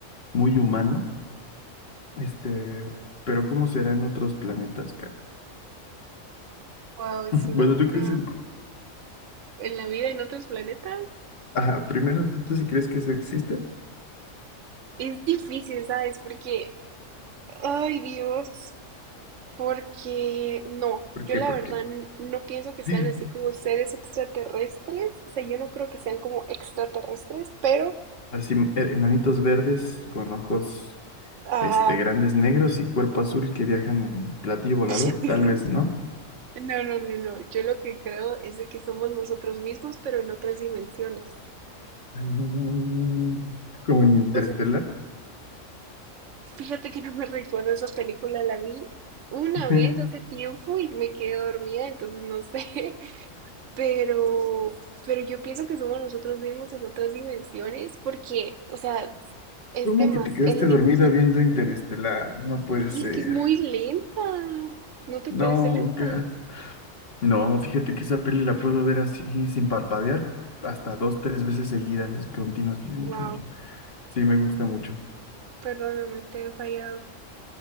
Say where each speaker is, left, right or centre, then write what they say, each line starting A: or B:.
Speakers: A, on the left; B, on the right.
A: muy humano, este, pero ¿cómo será en otros planetas, Kat?
B: Wow, es una
A: Bueno,
B: buena...
A: ¿tú crees en...
B: ¿En la vida en otros planetas?
A: Ajá, primero, ¿tú, tú sí crees que eso existe?
B: Es difícil, ¿sabes? Porque, ay Dios, porque no,
A: ¿Por
B: yo
A: qué?
B: la
A: Porque
B: verdad n- no pienso que sean
A: <gasps>
B: así como seres extraterrestres, o sea, yo no creo que sean como extraterrestres, pero,
A: así, e- enanitos verdes con ojos
B: ah,
A: este, grandes negros y cuerpo azul que viajan en platillo volador,
B: <laughs>
A: tal vez, ¿no?
B: no, no, no, no, yo lo que creo es de que somos nosotros mismos, pero en otras dimensiones.
A: Mm, Como en Interestelar.
B: O sea, fíjate que no me recuerdo esa película, la vi una
A: <laughs>
B: vez hace tiempo y me quedé dormida, entonces no sé. Pero, pero yo pienso que somos nosotros mismos en otras dimensiones porque, o sea, es
A: ¿Cómo
B: de más
A: que te quedaste
B: el universo.
A: dormida viendo Interestelar? No puede
B: Sí,
A: ser.
B: es que es muy lenta. ¿No te
A: No,
B: parece lenta?
A: Kat. No, fíjate que esa peli la puedo ver así, sin parpadear, hasta dos, tres veces seguidas, así, continuas. Chum,
B: Wow.
A: chum, chum. Sí, me gusta mucho.
B: Perdóname, te he fallado.